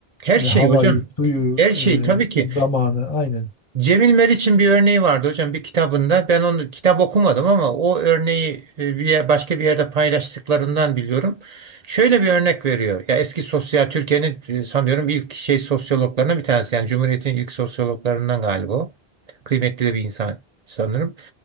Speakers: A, on the right; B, on the left.
A: Her
B: e,
A: şey
B: havayı,
A: hocam.
B: suyu,
A: Her şey tabii ki.
B: e, zamanı aynen.
A: Cemil Meriç'in bir örneği vardı hocam bir kitabında. Ben onu kitap okumadım ama o örneği e, bir yer- başka bir yerde paylaştıklarından biliyorum. Şöyle bir örnek veriyor. Ya eski sosyal Türkiye'nin e, sanıyorum ilk şey sosyologlarından bir tanesi. Yani Cumhuriyet'in ilk sosyologlarından galiba o. Kıymetli bir insan sanırım.